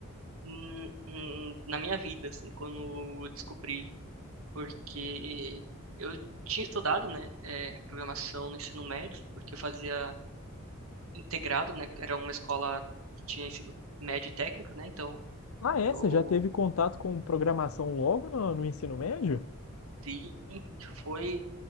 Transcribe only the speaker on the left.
Ah, é?
Você já teve contato com programação logo no, no ensino médio?